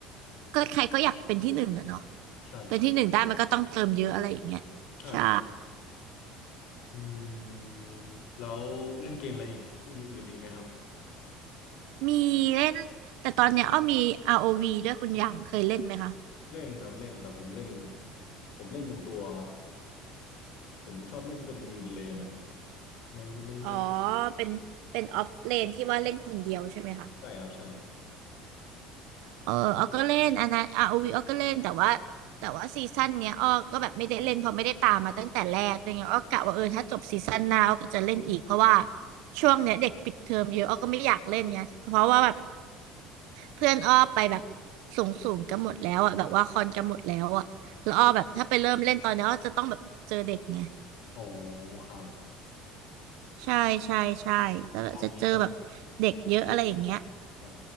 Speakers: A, on the right; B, on the left.
A: ก็ใครก็อยากเป็นที่หนึ่งอะเนาะ
B: ใช่ใช่
A: เป็นที่หนึ่งได้มันก็ต้องเติมเยอะอะไรอย่างเงี้ยใช่
B: ใช่ครับ อืมแล้วเล่นเกมอะไรอีกอื่นๆอีกไหมครับ
A: มีเล่น แต่ตอนเนี้ยอ้อมี ROV ด้วยคุณหยางเคยเล่นไหมคะ
B: เล่นครับเล่นแต่ผมเล่นผมเล่นเป็นตัวผมชอบเล่นเป็นยืนเลนอ่ะไม่ไม่ไม่
A: อ๋อ เป็นเป็นออฟเลนที่ว่าเล่นคนเดียวใช่ไหมคะ
B: ใช่ครับใช่
A: เอออ้อก็เล่นอันนั้น r o ีอ้อก็เล่นแต่ว่าแต่ว่าซีซั่นเนี้ยอ้อก็แบบไม่ได้เล่นเพราะไม่ได้ตามมาตั้งแต่แรกด้วยไงอ้อกะว่าเออถ้าจบซีซั่นหน้าอ้อก็จะเล่นอีกเพราะว่าช่วงเนี้ยเด็กปิดเทอมเยอะอ้อก็ไม่อยากเล่นไงเพราะว่าแบบเพื่อนอ้อไปแบบสูงสูงกันหมดแล้วอ่ะแบบว่าคอนกันหมดแล้วอ่ะแล้วอ้อแบบถ้าไปเริ่มเล่นตอนเนี้ยอ้อจะต้องแบบเจอเด็กไง
B: โอ้ครับ
A: ใช่ใช่ใช่ก็แบบจะเจอแบบเด็กเยอะอะไรอย่างเงี้ย
B: เอางี้แล้วกันครับ